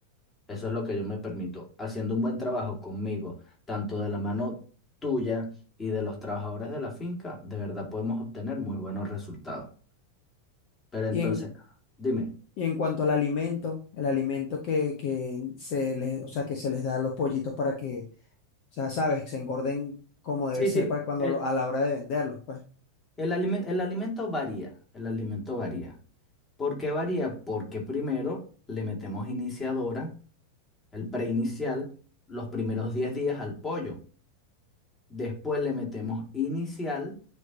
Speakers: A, on the left; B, on the left.
A: Eso es lo que yo me permito, haciendo un buen trabajo conmigo, tanto de la mano tuya y de los trabajadores de la finca, de verdad podemos obtener muy buenos resultados. Pero entonces,
B: Y en,
A: dime.
B: y en cuanto al alimento, el alimento que, que se les, o sea, que se les da a los pollitos para que, o sea, sabes, se engorden como debe
A: Sí,
B: ser
A: sí,
B: para cuando
A: el,
B: lo- a la hora de venderlos, pues.
A: el, alime- el alimento varía, el alimento varía. ¿Por qué varía? Porque primero le metemos iniciadora, el preinicial, los primeros 10 días al pollo. Después le metemos inicial